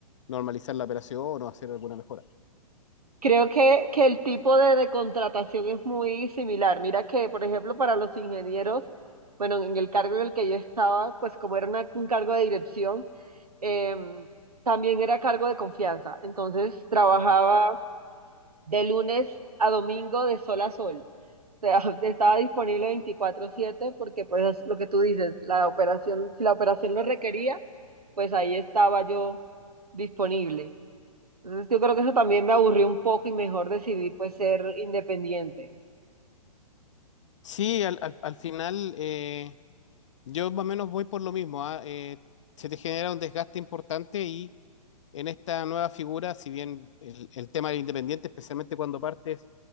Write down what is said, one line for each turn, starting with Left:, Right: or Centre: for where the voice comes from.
Left: normalizar la operación o hacer alguna mejora.
Right: Creo que, que el tipo de, de contratación es muy similar. Mira que, por ejemplo, para los ingenieros, bueno, en el cargo en el que yo estaba, pues como era una- un cargo de dirección, em, también era cargo de confianza. Entonces trabajaba de lunes a domingo de sol a sol. O sea, <laughs> estaba disponible veinticuatro siete porque, pues, es lo que tú dices, la operación, si la operación lo requería, pues ahí estaba yo disponible. Entonces yo creo que eso también me aburrió un poco y mejor decidí pues ser independiente.
Left: Sí, al, al, al final eh, yo más o menos voy por lo mismo. ah, eh, se te genera un desgaste importante y en esta nueva figura, si bien el, el tema del independiente, especialmente cuando partes,